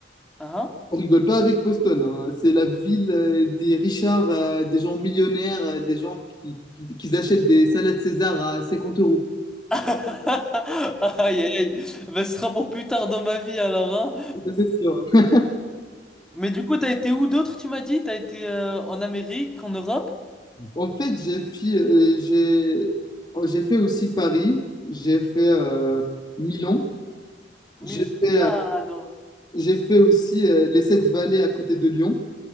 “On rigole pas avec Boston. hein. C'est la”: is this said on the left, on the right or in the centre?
Left